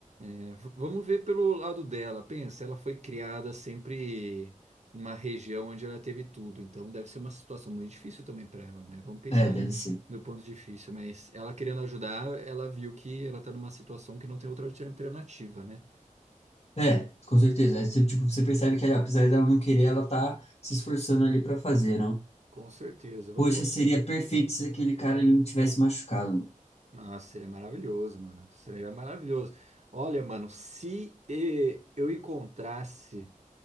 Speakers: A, on the right (about 55°); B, on the left (about 50°).
A: É, V- Vamos ver pelo lado dela. Pensa, ela foi criada sempre numa região onde ela teve tudo, então deve ser uma situação muito difícil também para ela, né? Vamos pensar
B: É, deve ser.
A: no ponto difícil, mas ela querendo ajudar, ela viu que ela tá numa situação que não tem outra alter- alternativa, né?
B: É, com certeza. Aí você, tipo, você percebe que, apesar dela não querer, ela tá se esforçando ali pra fazer, não?
A: Com certeza. Vou-
B: Poxa,
A: vou-
B: seria perfeito se aquele cara ele não tivesse machucado.
A: Nossa, seria maravilhoso, mano. Seria maravilhoso. Olha, mano, se eh, eu encontrasse